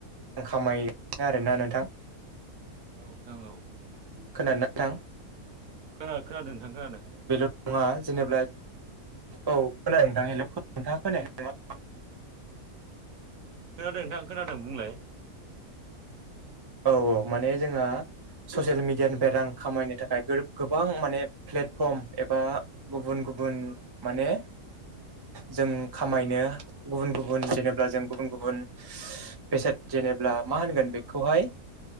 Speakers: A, on the right; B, on the right.
A: आं खामाय आरोना नोंथां।
B: औ नोंथां औ।
A: खोनानो थां
B: खोन खोनादों नोंथां खोनानो।
A: नङा जेनेब्ला औ खोनादोंथां हेलप खोन्था खोनायाखै ना मा?
B: खोनादों नोंथां खोनादों बुंलाय?
A: औ औ माने जोंहा ससियेल मिडियानिफ्राय रां खामायनो थाखाय गोर गोबां माने प्लेटफर्म एबा गुबुन गुबुन। गुबुन माने। जों खामायनो गुबुन गुबुन जेनेबा जों गुबुन गुबुन बेसाद जेनेमाब्ला मा होनगोन बेखौहाय